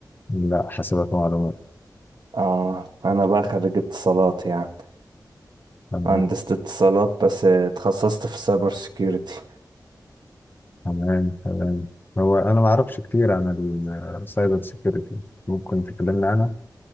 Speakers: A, on the left; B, on the right.
A: لا حاسبات ومعلومات
B: اه انا بقى خريج اتصالات يعني
A: تمام
B: مهندس اتصالات بس اتخصصت في السايبر سيكيورتي
A: تمام تمام هو انا ما اعرفش كتير عن السايبر سيكيورتي ممكن تكلمنا عنها؟